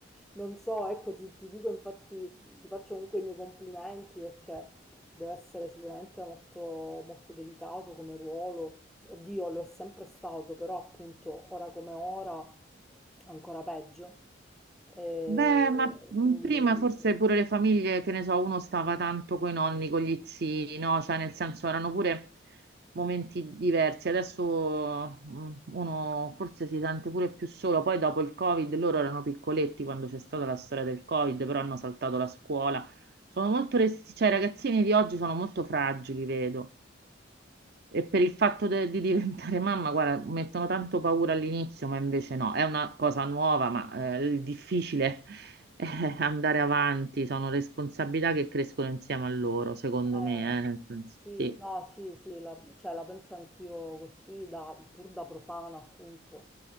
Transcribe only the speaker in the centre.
<laughs> non so, ecco, ti, ti dico infatti, ti faccio comunque i miei complimenti perché Deve essere sicuramente molto, molto delicato come ruolo. Oddio, lo è sempre stato, però appunto ora come ora ancora peggio. E
quindi
sì.
Eh,
sì,
no, sì, sì, la, cioè, la penso anch'io così, da- pur da profana, appunto.